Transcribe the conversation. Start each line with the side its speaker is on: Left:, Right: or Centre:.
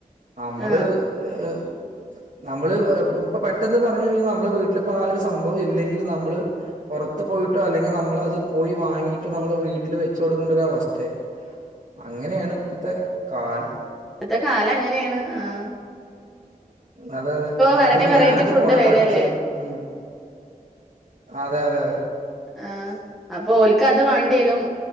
Right: നമ്മള്
Centre: ആ
Right: ഇഹ് നമ്മള് ഇപ്പ പെട്ടെന്ന് പറഞ്ഞു കഴിഞ്ഞാൽ നമ്മളെ വീട്ടിലിപ്പ ആഹ് ഒരു സംഭവം ഇല്ലെങ്കിൽ നമ്മള് പൊറത്ത് പോയിട്ടോ അല്ലെങ്കിൽ നമ്മളത് പോയി വാങ്ങിയിട്ട് നമ്മളെ വീട്ടിൽ വെച്ചു കൊടുക്കേണ്ട ഒരു അവസ്ഥയാ അങ്ങനെയാണ് ഇപ്പത്തെ കാലം
Centre: ഇപ്പെത്തെ കാലം അങ്ങനെയാണ് ആഹ്
Right: അതെ അതെ നമ്മള്
Centre: വെറൈറ്റി വെറൈറ്റി
Right: ഞാനൊക്കെ
Centre: ഫുഡ്
Right: കൊറെ
Centre: വരല്ലേ
Right: പഠിച്ചതാ ഉം അതെ അതെ അതെ
Centre: ആഹ് അപ്പൊ ഓല്ക്ക് അത് വാണ്ടി വരും